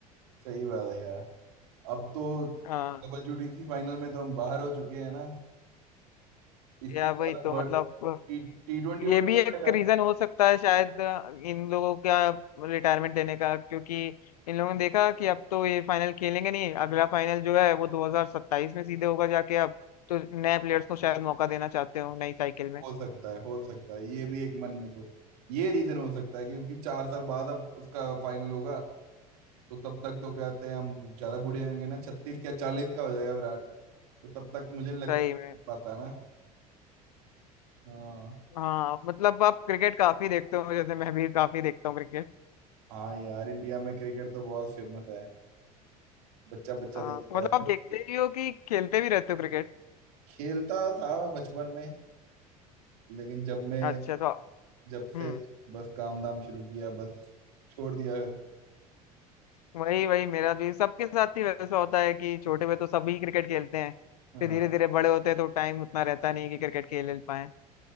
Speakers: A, on the right (about 75°); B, on the left (about 80°).
A: सही बात है यार अब तो
B: हाँ
A: डब्ल्यूटीसी फाइनल में तो हम बाहर हो चुके हैं ना इसके
B: या
A: बाद
B: वही तो
A: अब world
B: मतलब
A: T T twenty
B: ये
A: world
B: भी
A: cup
B: एक
A: आएगा
B: रीजन हो सकता है शायद अ, इन लोगों का रिटायरमेंट लेने का क्योंकि इन लोगों ने देखा कि अब तो ये फाइनल खेलेंगे नहीं अगला फाइनल जो है वो 2027 में सीधे होगा जाके अब तो नए प्लेयर्स को शायद मौका देना चाहते हो नई साइकिल में
A: हो सकता है हो सकता है ये भी एक मन में सोच ये रीजन हो सकता है क्योंकि चार साल बाद अब उसका फाइनल होगा तो तब तक तो कहते हैं हम ज्यादा बूढ़े होंगे ना छत्तीस या चालीस का हो जाएगा विराट तो तब तक मुझे नहीं लगता
B: सही में
A: जीत पाता है ना हाँ
B: हाँ मतलब आप क्रिकेट काफी देखते हो जैसे मैं भी काफी देखता हूँ क्रिकेट
A: हाँ यार इंडिया में क्रिकेट तो बहुत फेमस है बच्चा बच्चा
B: हाँ
A: देखता
B: तो मतलब
A: है
B: आप देखते भी हो कि खेलते भी रहते हो क्रिकेट
A: खेलता था मैं बचपन में लेकिन जब मैं
B: अच्छा तो
A: जब
B: हम्म
A: से बस काम धाम शुरू किया बस छोड़ दिया फिर
B: वही वही मेरा भी सबके साथ ही वैसा होता है कि छोटे में तो सभी क्रिकेट खेलते हैं
A: हाँ
B: फिर धीरे धीरे बड़े होते हैं तो टाइम उतना रहता नहीं कि क्रिकेट खेल पाए